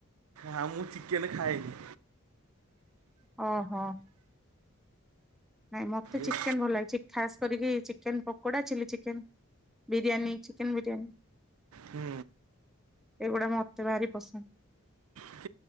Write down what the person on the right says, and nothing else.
ହଁ, ମୁଁ ଚିକେନ ଖଏନି।
ଏ-
ହୁଁ।
<unintelligible>